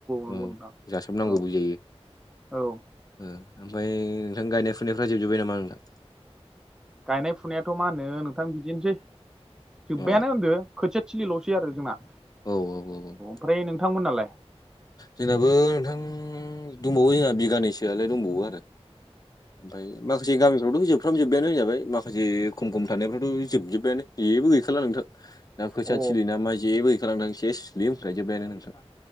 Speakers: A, on the left; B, in the centre.
A: औ
B: नंगौ नोंथां
A: जासाबनांगौबो
B: औ
A: जायो।
B: औ
A: ओ ओमफ्राय नोंथां गायनाय फुनायफ्रा जोबजोब्बाय नामा नोंथां?
B: गायनाय फुनायाथ' मा होनो नोंथां बिदिनोसै जोब्बायानो
A: अ
B: होनदो खोथिया थिलिल'सै आरो जोंना।
A: औ औ औ औ
B: ओमफ्राय नोंथांमोननालाय?
A: जोंनाबो नोंथां दंबावो जोंहा बिगानैसोआलाय दंबावो आरो। ओमफ्राय माखासे गामिफ्रावथ' जोबफ्राम जोबयानो होनजाबाय माखासे खम खम थानायफ्रावथ' जोबजोबायानो जेबो गैखाला नोंथां। दा खोथिया
B: अ
A: थिलि नामा जेबो गैखाला नोंथां सेस सिलिम होनखायजोबायानो नोंथां।